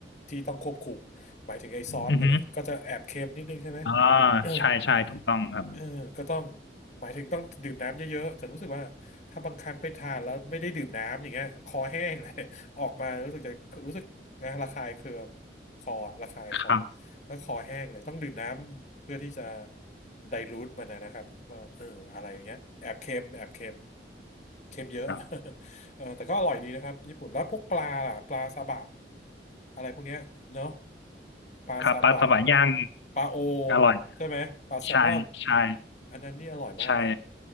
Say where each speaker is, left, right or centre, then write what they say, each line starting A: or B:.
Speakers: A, on the left; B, on the left.
A: ที่ต้องควบคุมหมายถึงไอ้ซอสมันนะก็จะแอบเค็มนิดนึงใช่ไหม
B: อือฮึอ่า
A: <clears throat>
B: ใช่ใช่ถูกต้องครับ
A: เออก็ต้องหมายถึงต้องดื่มน้ำเยอะๆแต่รู้สึกว่าถ้าบางครั้งไปทานแล้วไม่ได้ดื่มน้ำอย่างเงี้ยคอแห้งเลย <laughs> ออกมารู้สึกจะรู้สึกนะระคายเคืองคอระคายคอ
B: ครับ
A: แล้วคอแห้งเลยต้องดื่มน้ำเพื่อที่จะไดลูทมันนะนะครับว่าเอออะไรอย่างเงี้ยแอบเค็มแอบเค็มเค็มเยอะ
B: ครับ
A: <laughs> เออแต่ก็อร่อยดีนะครับญี่ปุ่นแล้วพวกปลาล่ะปลาซาบะอะไรพวกเนี้ยเนาะปลาซาบะ
B: ครับปลาสวายย่าง
A: ปลาโอ
B: อร่อย
A: ใช่ไหมปลาแซลมอน
B: ใช่ใช่
A: อันนั้นนี่อร่อยมากนะ
B: ใช่